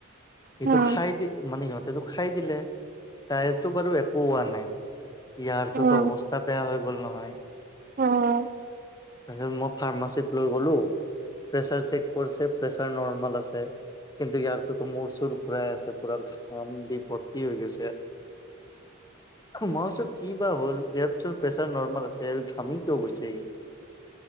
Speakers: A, on the left (about 20°); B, on the right (about 45°).
A: সিটো
B: অ
A: খাই দি মানে সিহঁতেটো খাই দিলে তাইৰতো বাৰু একো হোৱা নাই। ইয়াৰটোতো
B: অ
A: অৱস্থা বেয়া হৈ গ'ল নহয়।
B: অ'।
A: তাৰিছত মই ফাৰ্মাচীত লৈ গলো। প্ৰেছাৰ চেক কৰিছে প্ৰেছাৰ নৰ্মাল আছে কিন্তু ইয়াৰতোটো মোৰ চোৰ চুৰ ফুৰাই আছে পুৰা ঘাম দি ভৰ্তি হৈ গৈছে। মইছো কি বা হ'ল ইয়াতচোন প্ৰেচাৰ নৰ্ম আছে। তেৰ ঘামি কিয় গৈছে ই,